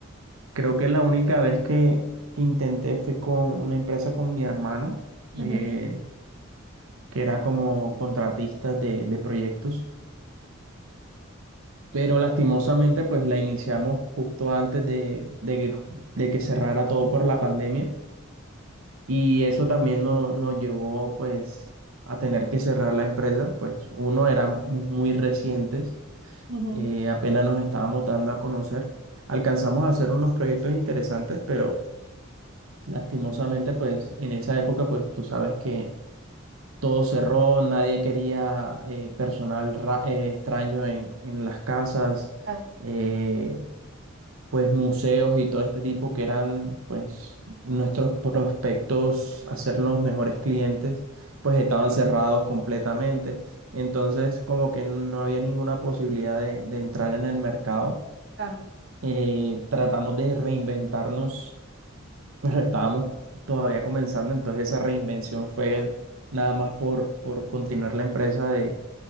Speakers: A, on the right; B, on the right.
A: creo que la única vez que intenté fue con una empresa con mi hermano,
B: Ujú,
A: eh, que era como contratista de, de proyectos. pero lastimosamente pues la iniciamos justo antes de, de que, de que cerrara todo por la pandemia y eso también no- nos llevó pues a tener que cerrar la empresa, pues uno éramos muy recientes,
B: ujú.
A: eh, apenas nos estábamos dando a conocer, alcanzamos a hacer unos proyectos interesantes, pero lastimosamente pues en esa época pues tú sabes que... Todo cerró, nadie quería eh, personal ra- eh, extraño en, en las casas.
B: Claro,
A: Eh, pues museos y todo este tipo que eran pues nuestros prospectos a ser los mejores clientes, pues estaban cerrados completamente. Entonces como que no había ninguna posibilidad de, de entrar en el mercado.
B: claro,
A: Eh, tratamos de reinventarnos, <laughs> pero estábamos todavía comenzando, entonces esa reinvención fue nada más por, por continuar la empresa de